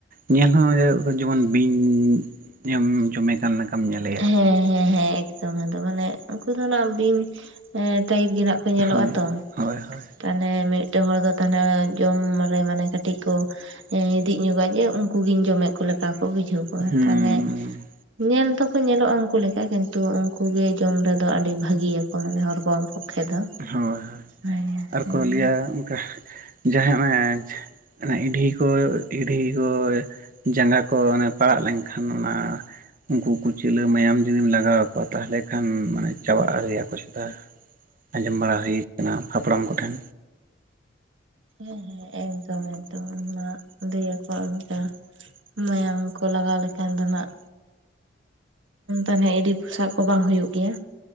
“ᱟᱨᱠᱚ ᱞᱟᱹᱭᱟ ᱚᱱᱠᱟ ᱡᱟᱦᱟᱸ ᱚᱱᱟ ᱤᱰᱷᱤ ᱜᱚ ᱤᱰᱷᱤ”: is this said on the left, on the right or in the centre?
Right